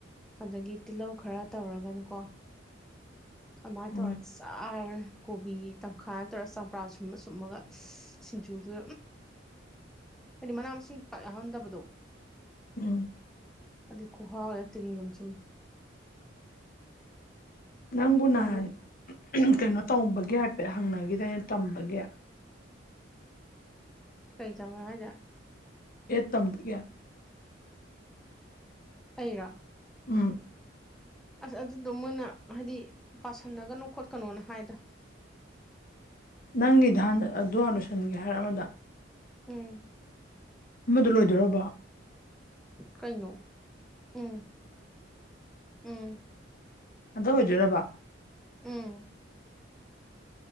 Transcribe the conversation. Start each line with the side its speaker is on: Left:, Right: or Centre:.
Centre: ꯑꯗꯒꯤ ꯇꯤꯜꯍꯧ ꯈꯔ ꯇꯧꯔꯒꯅꯀꯣ ꯑꯗꯨꯃꯥꯏꯅ
Left: ꯎꯝ
Centre: ꯇꯧꯔ ꯆꯥꯔ ꯀꯣꯕꯤ ꯇꯪꯈꯥꯏꯅ ꯇꯧꯔꯒ ꯆꯝꯄ꯭ꯔꯥ ꯁꯨꯝꯕ ꯁꯨꯝꯃꯒ ꯁꯤꯁꯤꯡꯖꯨꯗ
Left: <inaudible>
Centre: ꯍꯥꯏꯗꯤ ꯃꯅꯥ ꯃꯁꯤꯡ ꯄꯥꯛ ꯌꯥꯎꯍꯟꯗꯕꯗꯣ
Left: ꯎꯝ
Centre: ꯑꯗꯨ ꯈꯨꯍꯥꯎꯔꯦ ꯇꯤꯟꯒꯨꯝ ꯆꯨꯝꯃꯦ
Left: ꯅꯪꯕꯨ ꯅꯍꯥꯟ
Centre: ꯑꯗꯩ
Left: ꯀꯩꯅꯣ ꯇꯧꯕꯒꯤ ꯍꯥꯏꯐꯦꯠ ꯍꯪꯅꯈꯤꯗꯩꯅ ꯇꯝꯕꯒꯤ
Centre: ꯀꯩꯗꯕꯔꯖ
Left: ꯇꯝꯗꯒꯦꯅ
Centre: ꯑꯩꯔꯥ
Left: ꯎꯝ
Centre: ꯑꯁ ꯑꯗꯨꯗꯣ ꯃꯣꯏꯅ ꯍꯥꯏꯗꯤ ꯄꯥꯁꯟꯅꯒꯅꯣ ꯈꯣꯠꯀꯅꯣꯅ ꯍꯥꯏꯗ
Left: ꯅꯪꯗꯤ ꯅꯍꯥꯟ ꯑꯗꯨ ꯂꯣꯏꯁꯤꯟꯒꯦ ꯍꯥꯏꯔ ꯑꯃꯗ
Centre: ꯎꯝ
Left: ꯑꯃꯗ ꯂꯣꯏꯗꯣꯏꯔꯕ
Centre: ꯀꯩꯅ ꯎꯝ ꯎꯝ
Left: ꯑꯇ ꯑꯣꯏꯖꯣꯏꯗꯔꯕ
Centre: ꯎꯝ